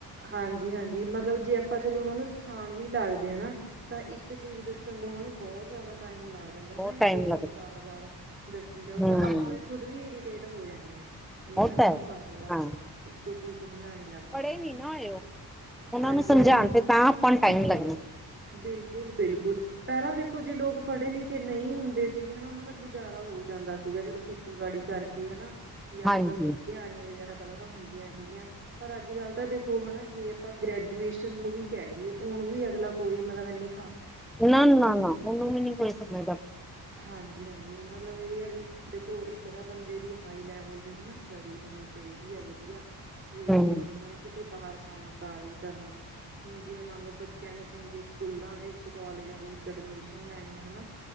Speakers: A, on the right; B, in the centre.
A: ਹਾਂਜੀ-ਹਾਂਜੀ ਮਤਲਬ ਜੇ ਆਪਾਂ ਚਲੋ ਉਹਨਾਂ ਨੂੰ ਸਿਖਾਣ ਵੀ ਲੱਗਦੇ ਹ ਨਾ ਤਾਂ ਇੱਕ ਚੀਜ਼ ਦੱਸਣ ਨੂੰ ਉਹਨਾ ਨੂੰ ਬਹੁਤ ਜ਼ਿਆਦਾ ਟਾਈਮ ਲੱ ਜਾਂਦਾ
B: ਬਹੁਤ
A: ਨਾ ਇੱਕ
B: ਟਾਈਮ
A: ਚੀਜ਼
B: ਲੱਗਦਾ
A: ਬਾਰ-ਬਾਰ ਦੱਸੀ ਜਾਓ ਤਾਂ
B: ਹਮ
A: ਆਪਾਂ ਵੀ ਖੁਦ ਵੀ ਇਰੀਟੇਟ ਹੋ ਜਾਂਦੇ ਹਾਂ ਨਹੀਂ ਹੈ
B: ਉਹ
A: ਨਾ ਤਾਂ
B: ਹੈ
A: ਵਾਰ-ਵਾਰ
B: ਹਾਂ
A: ਇੱਕੋ ਚੀਜ਼ ਸਮਝਾਣੀ ਲੱਗ
B: ਪੜ੍ਹੇ
A: ਰਹੀ ਹੈ
B: ਨੀ
A: ਨਾ
B: ਹੋਏ ਉਹ ਉਹਨਾਂ
A: ਹਾਂਜੀ
B: ਨੂੰ ਸਮਝਾਉਣ ਤੇ ਤਾਂ ਆਪਾਂ ਨੂੰ ਟਾਈਮ ਲੱਗਣਾਂ
A: ਬਿਲਕੁੱਲ ਬਿਲਕੁੱਲ। ਪਹਿਲਾਂ ਦੇਖੋਂ ਜੇ ਲੋਕ ਪੜੇ ਲਿਖੇ। ਜਿੱਥੇ ਨਹੀਂ ਹੁੰਦੇ ਸੀਗੇ ਹਨਾ। ਉਹਨਾਂ ਦਾ ਗੁਜ਼ਾਰਾਂ ਹੋ ਜਾਂਦਾ ਸੀਗਾ। ਚਲੋਂ ਖ਼ੇਤੀਬਾੜੀ ਕਰਕੇ ਹਨਾ। ਜਾਂ
B: ਹਾਂਜੀ
A: ਮੱਤਲਬ ਦਿਹਾੜੀਆਂ ਵਗ਼ੈਰਾ ਪਹਿਲਾਂ ਤਾਂ ਹੁੰਦੀਆਂ ਸੀਗੀਆਂ। ਪਰ ਅੱਜ਼ ਕੱਲ੍ਹ ਤਾਂ ਦੇਖੋਂ। ਉਹ ਹਨਾ ਜੇ ਆਪਾਂ ਗ੍ਰੈਜੂਏਸ਼ਨ ਨੂੰ ਵੀ ਕਹਿ ਦਈਏ। ਉਹਨੂੰ ਵੀ ਅਗਲਾ ਕੋਈ ਮੱਤਲਬ ਇੰਨੇਂ।
B: ਨਾ, ਨਾ, ਨਾ ਉਹਨੂੰ ਵੀ ਨੀਂ ਕੋਈ ਸਮਝਦਾ।
A: ਹਾਂਜੀ, ਹਾਂਜੀ ਮੱਤਲਬ ਇਹ ਆ ਵੀ। ਦੇਖੋਂ ਇੱਕ ਤਾਂ ਬੰਦੇ ਦੀ ਹਾਈ ਲੈਵਲ ਦੀ ਹਨਾ ਚੜੀ ਹੋਣੀਂ ਚਾਹੀਦੀ ਹੈਂ। ਵਧੀਆਂ
B: ਹਮ
A: ਵੀ ਜੇ ਮੰਨ ਲਓ ਉਹਨੇਂ ਕਿਤੇ ਬਾਹਰ ਕੰਮ ਕਾਰ ਵੀ ਕਰਨਾਂ। ਹੁਣ ਜਿਵੇਂ ਮੰਨ ਲਓ ਬੱਚਿਆਂ ਨੇਂ ਚੰਗੇ ਸਕੂਲ਼ਾਂ ਵਿੱਚ ਕਾਲਜਾਂ ਦੇ ਵਿੱਚ ਅਡਮਿਸ਼ਨ ਲੈਂਣੀ ਆ। ਹਨਾ